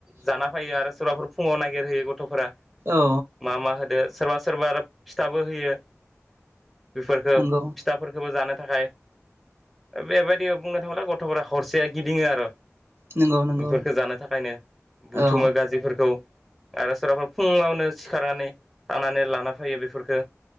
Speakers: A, in the centre; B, on the right.
A: जाना फैयो आरो सोरबाफोर फुङाव नागिरहोयो गथ'फोरा।
B: औ
A: मा मा होदो। सोरबा सोरबा आरो फिथाबो होयो। बेफोरखौ
B: नंगौ
A: फिथाफोरखौबो जानो था थाय बेबायदि बुंनो थांङोब्ला गथ'फोरा हरसे गिदिङो आर'।
B: नंगौ नंगौ
A: बेफोरखौ जानो थाखायनो
B: औ
A: बुथुमो गाज्रिफोरखौ। आरो सोरबाफोरा फुङावनो सिखारनानै थानानै लान लाना फैयो बेफोरखो।